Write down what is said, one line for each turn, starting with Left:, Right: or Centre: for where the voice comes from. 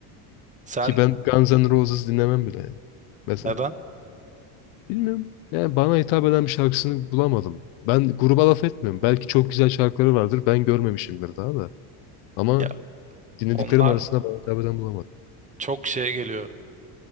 Right: Sen
Left: ki ben Guns N' Roses dinlemem bile yani. Mesela.
Right: neden?
Left: Bilmiyorum. Yani bana hitap eden bir şarkısını bulamadım. Ben gruba laf etmiyorum. Belki çok güzel şarkıları vardır. Ben görmemişimdir daha da. Ama
Right: Ya
Left: dinlediklerim
Right: onlar
Left: arasında bana hitap eden bulamadım.
Right: çok şeye geliyor.